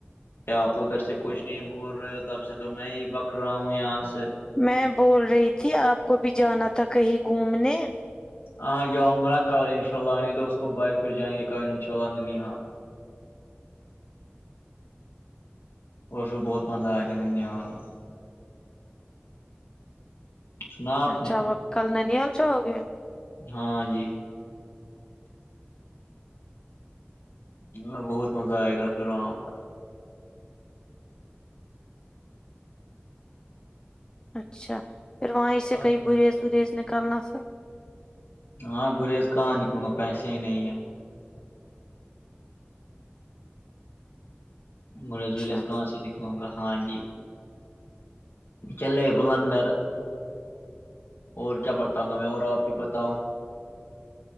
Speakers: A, on the left (about 70°); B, on the left (about 20°).
A: کیا آپ تو ادھر سے کچھ نہیں بول رہے ہو توب سے تو میں ہی بکھ رہا ہوں یہاں سے
B: میں بول رہی تھی آپ کو بھی جانا تھا کہیں گھومنے
A: ہاں جاؤں گا کل ان شاء اللہ نہیں دو اس کو بائک پھر جائیں گے کل ان شاء اللہاں اور پھر بہت مزہ آیا گ نال میں سنا آپ
B: اچھا
A: نے
B: اب کل ننییال جو ہو گے
A: ہاں جی ہ بہت مزہ آئے گا پھر وہاں پر
B: اچھا پھر وہیں
A: پر
B: سے
A: اچھا
B: کہیں گریز وریز نکالنا تھا
A: ہاں گریز کہاں نکلوں گا پیسے ہی نہیں ہے مو
B: اچھا
A: کہاں سے نکل وں گا ہاں جی چلے بل انڈر اور کیا پڑھتااہوں گا میں اور آپ بھی بتاؤ